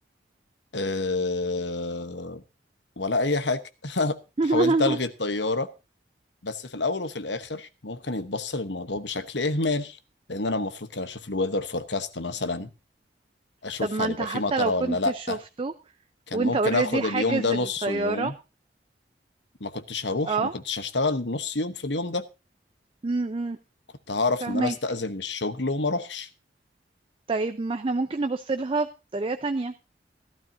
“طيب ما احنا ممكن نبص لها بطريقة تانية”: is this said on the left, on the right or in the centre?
Right